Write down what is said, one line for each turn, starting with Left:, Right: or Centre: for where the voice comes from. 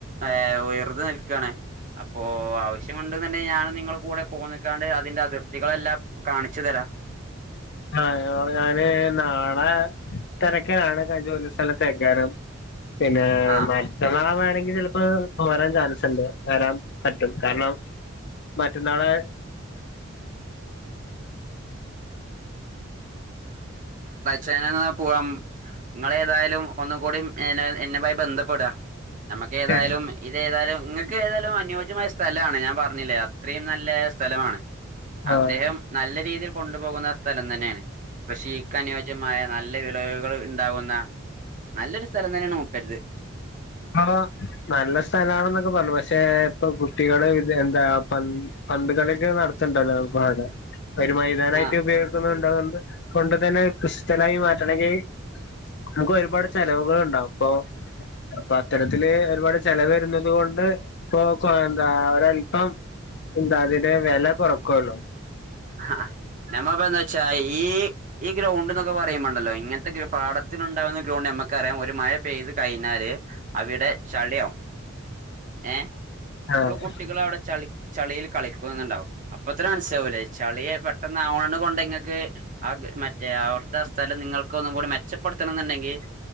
Right: ഏ വെറുതെ നിൽക്കണ് അപ്പൊ ആവ ശ്യമുണ്ട്ണ്ടെൽ ഞാൻ നിങ്ങളുടെ കൂടെ പോന്നക്കാണ്ട് അതിന്റെ അതിർത്തികളെല്ലാം കാണിച്ചു തരാം.
Left: ആ ഞാന് നാ ആ തിരക്കണ് ജോലി സ്ഥലത്തക്കാരും. പിന്നെ
Right: ആ
Left: മറ്റന്നാ വേണെങ്കിൽ ചിലപ്പോ പോരാൻ ചാൻസ്ണ്ട് വരാൻ പറ്റും കാരണം. മറ്റന്നാളെ
Right: ശെന്ന്നാ പോവാം നിങ്ങളേ ഏതായാലും ഒന്നുംകൂടി എന്നെ എന്നുമായി ബന്ധപ്പെടുക. നമക്ക് ഏതായാലും
Left: ശരി
Right: ഇത് ഏതായാലും ങ്ങൾക്ക് ഏതാലും അനുയോജ്യമായ സ്ഥലമാണ് ഞാൻ പറഞ്ഞില്ലേ അത്രയും നല്ല സ്ഥലമാണ്. അദ്ദേഹം
Left: ആഹ്
Right: നല്ല രീതിയിൽ കൊണ്ടുപോകുന്ന സ്ഥലം തന്നെയാണ്. ചീക്കഅനുയോജ്യമായ നല്ല നല്ല വിളവുകൾ ഉണ്ടാവുന്ന നല്ലൊരു സ്ഥലം തന്നെണ് മുപ്പരത്.
Left: ആട നല്ല സ്ഥലണെന്നൊക്കെ പറഞ്ഞു ക്ഷെ ഇപ്പൊ കുട്ടികള് ഇത് എന്താ പൻ പന്തുകളിയൊക്കെ നടത്തണ്ടല്ലോ പാടെ ഒരു മൈതാനായിട്ട്
Right: ആഹ്
Left: ഉപയോഗിക്കുന്നോ കൊണ്ട് തന്നെ ക്രിസ്റ്റലായി മാറ്റണെങ്കി നമുക്ക് ഒരുപാട് ചെലവുകൾ ഉണ്ടാവും പ്പൊ അപ്പൊ അത്തരത്തില് ഒരുപാട് ചെ ചെലവരുന്നത് കൊണ്ട് ഇപ്പൊ കൊ എന്താ ഒരല്പം എന്താ അതിന്റെ വില കൊറക്കല്ലോ.
Right: ഹാ നമ്മ ബേ ഈ ഈ ഗ്രൗണ്ട് ന്നൊക്കെ പറയുമ്പണ്ടല്ലോ ഇങ്ങനത്തെ പാടത്തിനുണ്ടകുന്ന ഗ്രൗണ്ടമ്മക്കറിയാം ഒരു മ ഴ പെയ്ത് കഴിഞ്ഞാല് അവിടെ ചളിയവും ഏ ഇപ്പളും
Left: ആഹ്
Right: കുട്ടികൾ അവിടെ ചളി ചളിയിൽ കളിക്കുന്നണ്ടാവും അപ്പത്തന്നെനസ്സിലാവൂലേ കളിയെ പെട്ടെന്നവ്ണകൊണ്ടങ്ങൾക്ക് ആ മറ്റേ അവിടുത്തെ ആ സ്ഥലം നിങ്ങൾക്കൊന്നും കൂടി മെച്ചപ്പെടുത്ത ണ്ടെങ്കി